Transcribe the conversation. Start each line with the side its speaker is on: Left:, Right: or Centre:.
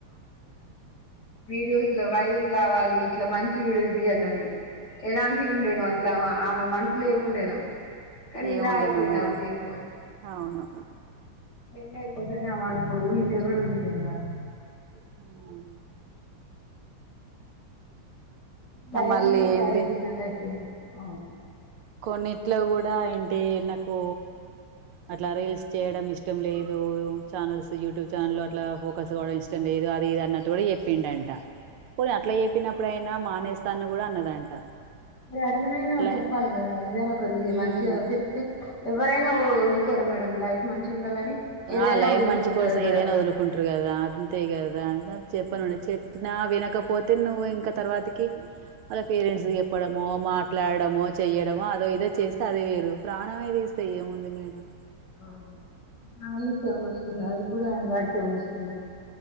Left: వీడియోస్ లో వైరల్ కావాలి ఇట్లా మంచి వీడియోస్ తీయాలని ఎలాంటివి ఉండేనో అసలు ఆ ఆమె మనుషులో ఏమి ఉండేనో కానీ
Right: ఏముండేనో
Left: ఇలా అయిపోయింది
Right: మేడం
Left: ఆమె జీవితం
Right: అవును
Left: ఇ నే మనకు ఊహించే కూడా ఊహించింద <unintelligible>
Right: ఆ
Left: లైఫ్
Right: మళ్ళీ
Left: ను స్పాయిల్
Right: ఏంటి
Left: చేసినట్టు అయిపోయింది అవును
Right: కొన్నిట్లో గూడా ఏంటి నాకు అట్లా రీల్స్ చేయడం ఇష్టం లేదూ చానల్స్ యూట్యూబ్ ఛానల్ అట్లా ఫోకస్ కావడం నాకు ఇష్టం లేదు అని కూడా అది ఇది అన్నట్ట్ గుడా చెప్పిందంట పోన్ అట్లా చెప్పినప్పుడయినా మానేస్ తను గుడా అన్నదంట
Left: అట్లనైనా
Right: అట్లా
Left: చెప్పాలి గదా ఏదైనా ఒకరి
Right: ఉమ్
Left: మంచిగా చెప్తే ఎవరైనా వో వదులుకోర్ మేడం లైఫ్ మంచిగా ఉండాలని ఏదైనా
Right: ఆ లైఫ్
Left: వదులుకుంటారు
Right: మంచి కోసం
Left: కదా
Right: ఏదైనా ఒదులుకుంట్రు గదా అంతే కదా అ చెప్పనుండి చెప్పిన వినకపోతే నువ్వు ఇంక తర్వాతి కి ఆల్ల పేరెంట్స్కి చెప్పడమో మాట్లాడడమో చెయ్యడము అదో ఇదో చేస్తే అది వేరు ప్రాణమే తీస్తే ఏముంది మేడం
Left: ఔను ప్రాణం తీస్తే ఏమన్నొస్తున్నాది ప్పుడు ఆయ్న వాడి ఒస్తుందా